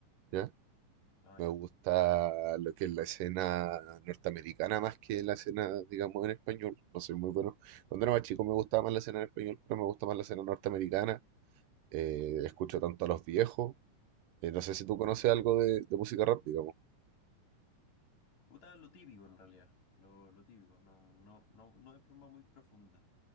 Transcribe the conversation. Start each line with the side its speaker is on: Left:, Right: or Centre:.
Right: ¿ya?
Left: No,
Right: Me
Left: yo
Right: gusta lo que es la escena norteamericana más que la escena, digamos, en español. No soy muy bueno. Cuando era más chico me gustaba más la escena en español, pero me gusta más la escena norteamericana. Eh, escucho tanto a los viejos. Eh, no sé si tú conoces algo de, de música rap, digamos.
Left: Puta, lo típico en realidad, lo, lo típico, no, no, no, no de forma muy profunda.